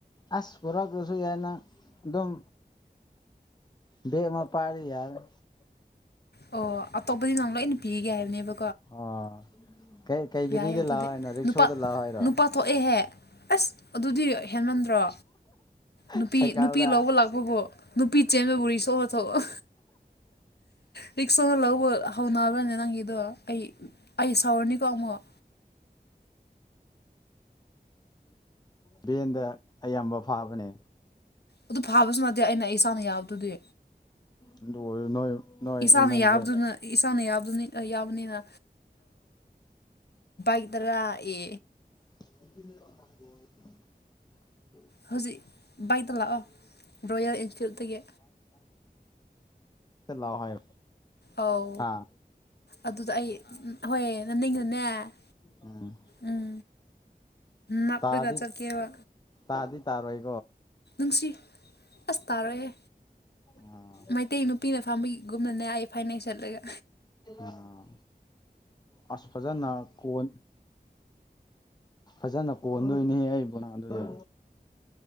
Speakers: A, on the left (about 25°); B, on the left (about 80°).
A: ꯑꯁ ꯄꯨꯔꯛꯇꯔꯥꯁꯨ ꯌꯥꯏꯅ ꯑꯗꯨꯝ ꯕꯦꯛ ꯑꯃ ꯄꯥꯏꯔꯗꯤ ꯌꯥꯔꯦ
B: ꯑꯣ ꯑꯇꯣꯞꯄꯗꯤ ꯅꯪ ꯂꯣꯏꯅ ꯄꯤꯒꯦ ꯍꯥꯏꯕꯅꯦꯕ
A: ꯑꯣ ꯀꯩ ꯀꯩꯀꯔꯤꯗ
B: ꯌꯥꯏ ꯑꯗꯨꯗꯤ
A: ꯂꯥꯛꯑꯣ ꯍꯥꯏꯅꯣ ꯔꯤꯛꯁꯣꯗ
B: ꯅꯨꯄꯥ
A: ꯂꯥꯛꯑꯣ ꯍꯥꯏꯔꯣ
B: ꯅꯨꯄꯥ ꯊꯣꯛꯑꯦꯍꯦ ꯑꯁ ꯑꯗꯨꯗꯤ ꯍꯦꯟꯃꯟꯗ꯭ꯔꯣ ꯅꯨꯄꯤ
A: ꯁꯥꯏꯀꯜꯗ
B: ꯅꯨꯄꯤ ꯂꯧꯕ ꯂꯥꯛꯄꯕꯨ ꯅꯨꯄꯤ ꯆꯦꯟꯕ ꯕꯨꯔꯤ ꯁꯣꯛꯑ ꯊꯣꯛꯑꯣ ꯔꯤꯛꯁꯅ ꯂꯧꯕ ꯍꯧꯅꯕ꯭ꯔꯅꯦ ꯅꯪꯒꯤꯗꯣ ꯑꯩ ꯑꯩ ꯁꯥꯎꯔꯅꯤꯀꯣ ꯑꯃꯨꯛ
A: ꯚꯦꯟꯗ ꯑꯌꯥꯝꯕ ꯐꯥꯕꯅꯦ
B: ꯑꯗꯨ ꯐꯥꯕꯁꯨ ꯅꯠꯇꯦ ꯑꯩꯅ ꯑꯩ ꯏꯁꯥꯅ ꯌꯥꯕꯗꯨꯗꯤ
A: ꯅꯣꯏ ꯅꯣꯏ
B: ꯏꯁꯥꯅ
A: ꯏꯃꯨꯡ
B: ꯌꯥꯕꯗꯨꯅ
A: ꯍꯣꯏ
B: ꯏꯁꯥꯅ ꯌꯥꯕꯗꯨꯅꯤ ꯌꯥꯕꯅꯤꯅ ꯒꯤ ꯇꯔꯒ ꯌꯦ
A: <unintelligible> <inaudible>
B: ꯍꯧꯖꯤꯛ ꯂꯥꯛꯑꫭ ꯔꫭꯌꯦꯜ ꯏꯟꯐꯤꯜꯇꯒꯤ
A: ꯍꯥꯏ
B: ꯑꯧ
A: ꯍꯥꯥ
B: ꯑꯗꯨꯗ ꯑꯩ ꯍꯣꯏ ꯅꯅꯤꯡꯅꯅꯦ
A: ꯎꯝ
B: ꯎꯝ ꯅꯞꯂꯒ
A: ꯇꯥꯗꯤ
B: ꯆꯠꯀꯦꯕ
A: ꯇꯥꯗꯤ ꯇꯥꯔ ꯋꯥꯏ
B: ꯅꯨꯡꯁꯤ ꯑꯁ ꯇꯥꯔꯣꯏꯦ
A: ꯑꯥ
B: ꯃꯩꯇꯩ ꯅꯨꯄꯤꯅ ꯐꯥꯕꯤ ꯒꯨꯝꯅꯅꯦꯌꯦ ꯐꯥꯏꯅꯥꯁꯤ ꯆꯠꯂꯒ
A: ꯑꯥ ꯑꯁ ꯐꯖꯅ ꯀꯣꯟ ꯐꯖꯅ ꯀꯣꯟꯗꯣꯏꯅꯦꯍꯦ ꯑꯩꯕꯨꯅꯥ ꯑꯗꯨꯗ